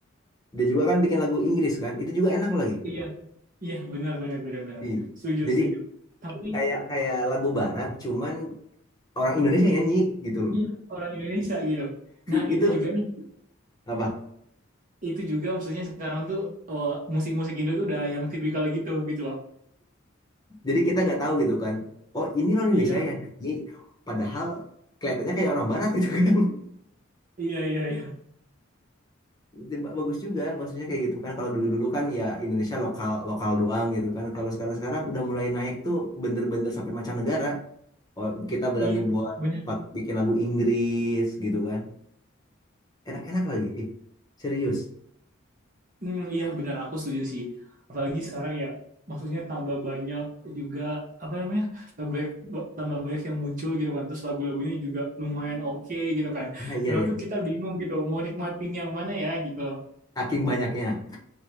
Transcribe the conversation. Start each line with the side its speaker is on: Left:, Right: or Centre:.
Left: Dia juga kan bikin lagu Inggris kan. Itu juga enak lagi.
Right: iya iya benar benar benar benar
Left: Ih,
Right: setuju
Left: Jadi
Right: setuju tapi
Left: kayak kayak lagu barat cuman orang Indonesia nyanyi gitu loh
Right: iya orang Indonesia gitu nah
Left: <laughs>
Right: itu
Left: itu
Right: juga nih
Left: apa
Right: itu juga maksudnya sekarang tuh oh, musik-musik Indo tuh udah yang tipikal gitu gitu loh.
Left: jadi kita nggak tahu gitu kan oh ini orang Indonesia
Right: Iya,
Left: yang nyanyi padahal kelihatannya kayak orang barat gitu kan <laughs>
Right: iya, iya, iya.
Left: Itu ba- bagus juga maksudnya kayak gitu kan kalau dulu-dulu kan ya Indonesia lokal lokal doang gitu kan kalau sekarang-sekarang udah mulai naik tuh bener-bener sampai mancanegara oh, kita berani
Right: Iya,
Left: buat
Right: benar.
Left: buat bikin lagu Inggris gitu kan enak-enak lagi ih serius
Right: Hmm, iya, benar aku setuju sih. Apalagi sekarang ya maksudnya tambah banyak juga apa namanya? tambah banyak, tambah banyak yang muncul gitu kan. Terus lagu-lagunya juga lumayan oke gitu kan.
Left: iya iya
Right: Kalau
Left: iya
Right: tuh kita bingung gitu mau nikmatin yang mana ya gitu loh.
Left: saking banyaknya